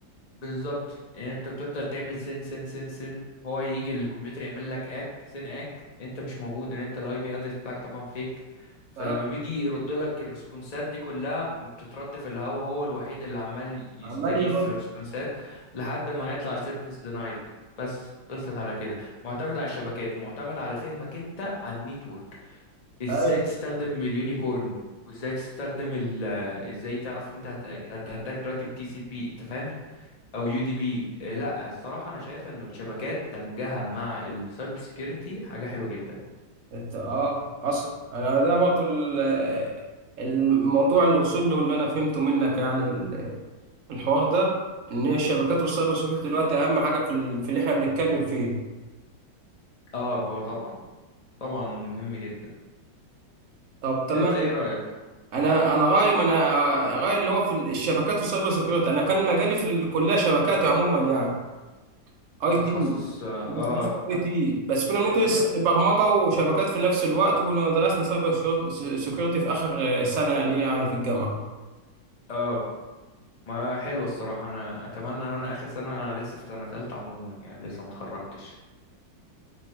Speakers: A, on the left (about 35°); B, on the right (about 55°).
A: بالظبط يعني انت بتفضل تعمل سن سن سن سن هو يجي الكمبيوتر يعمل لك اك سن اك انت مش موجود ان انت الاي بي ادرس بتاعك طبعا فيك فلما
B: اه
A: بيجي يرد لك الريسبونسات دي كلها ما بتترد في الهوا هو الوحيد اللي عمال
B: عمال
A: يستجيب
B: يرد
A: في الريسبونسات لحد ما هيطلع سيرفيس دينايد بس خلصت على كده معتمد على الشبكات ومعتمد على فهمك انت عن النيتورك ازاي
B: ايوه
A: تستخدم اليونيكورن وازاي تستخدم ال ازاي تعرف انت هتأتاك دلوقتي بتي سي بي انت فاهم او يو دي بي لا الصراحه انا شايف انه الشبكات دمجها مع السايبر سيكيورتي حاجه حلوه جدا
B: إنت- اه حصل انا ده برضه ال- الموضوع اللي وصل له واللي انا فهمته منك يعني ال- الحوار ده ان هي الشبكات والسايبر سكيورتي دلوقتي اهم حاجه في ال- في اللي احنا بنتكلم فيه
A: اه هو طبعا طبعا مهم جدا
B: طب تمام
A: انت ايه رايك
B: انا انا غاية ما انا غاية اللي هو في الشبكات والسايبر سيكيورتي انا كان مجالي في الكليه شبكات عموما يعني
A: كنت
B: اي تي
A: تخصص اه
B: كنت
A: آه،
B: في تخصص
A: طب
B: اي تي بس كنا بندرس
A: لا،
B: برمجه وشبكات في نفس الوقت وكنا درسنا سايبر سيكيورتي في اخر سنه ليا يعني في الجامعه
A: اه ما حلوه الصراحه انا اتمنى ان انا اخر سنه انا لسه في سنه ثالثه عموما يعني لسه ما اتخرجتش